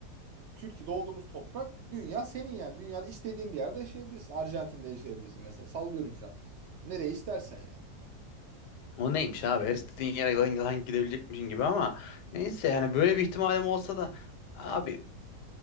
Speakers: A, on the right (about 70°); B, on the left (about 85°).
A: Türkiye doğduğumuz toprak, dünya senin yani. Dünyada istediğin bir yerde yaşayabilirsin. Arjantin'de yaşayabilirsin mesela. Sallıyorum şu an. Nereye istersen yani.
B: o neymiş abi her istediğin yere lan, lan gidebilecekmişin gibi ama neyse yani böyle bir ihtimalim olsa da abi